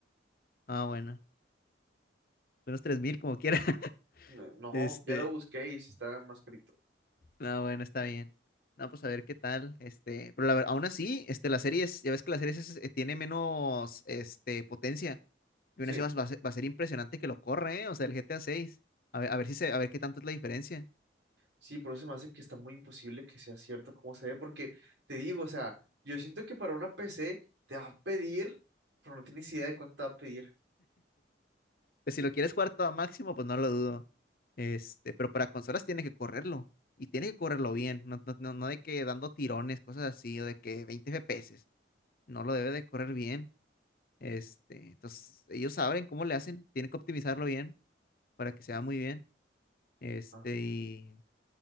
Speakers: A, on the left (about 50°); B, on the right (about 70°).
A: Ah, bueno, unos 3000 como quiera. <laughs>
B: No, no,
A: Este,
B: ya lo busqué y sí está más carito.
A: no, bueno, está bien. No, pues a ver qué tal. Este, pero la, ver- aún así, este, la serie es, ya ves que la serie es- eh, tiene menos, este, potencia. Y
B: Sí,
A: aún así va, a ser, va a ser impresionante que lo corra, ¿eh? O sea, el GTA 6. A seis. A ver, a ver si se, a ver qué tanto es la diferencia.
B: sí, por eso se me hace que está muy imposible que sea cierto cómo se ve, porque te digo, o sea, yo siento que para una PC te va a pedir, pero no tienes idea de cuánto te va a pedir.
A: Pues si lo quieres jugar todo a máximo, pues no lo dudo. Este, pero para consolas tiene que correrlo. Y tiene que correrlo bien. No, no, no, no de que dando tirones, cosas así, o de que 20 FPS. No lo debe de correr bien. Este, entonces, ellos saben cómo le hacen. Tienen que optimizarlo bien para que sea muy bien. Este,
B: Ajá,
A: y,